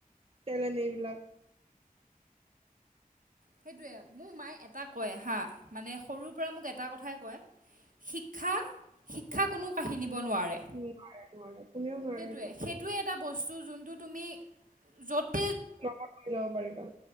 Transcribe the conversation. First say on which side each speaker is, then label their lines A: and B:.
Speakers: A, on the right; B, on the right.
A: টেলেণ্ট এইবিলাক।
B: সেইটোৱে মোৰ মায়ে এটা কয় হা, মানে সৰুৰ পৰা মোক এটা কথাই কয় শিক্ষা, শিক্ষা কোনো কাঢ়ি নি হ'ব নোৱাৰে,
A: নোৱাৰে নোৱাৰে কোনেও নোৱাৰে
B: সেইটোৱে,
A: এইটো
B: সেইটোৱেই এটা বস্তু, জোনটো তুমি, য'ত
A: লগত লৈ যাব পাৰিবা।